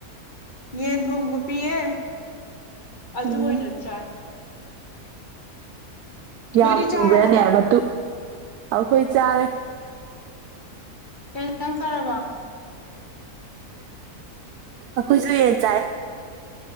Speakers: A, on the left; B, on the right.
A: ꯌꯦꯟ ꯊꯣꯡꯕ ꯄꯤꯌꯦ ꯑꯗꯨ
B: ꯎꯝ
A: ꯑꯣꯏꯅ ꯆꯥꯏ
B: ꯌꯥꯝ
A: ꯅꯣꯏꯗꯤ
B: ꯄꯤꯕ꯭ꯔꯅꯦ
A: ꯆꯥꯔꯕꯣ
B: ꯃꯇꯨꯞ ꯑꯩꯈꯣꯏ ꯆꯥꯔꯦ
A: ꯀꯩ ꯏꯟꯖꯥꯡ ꯆꯥꯔꯕ
B: ꯑꯩꯈꫭꯏꯖꯨ ꯌꯦꯟ ꯆꯥꯏꯌꯦ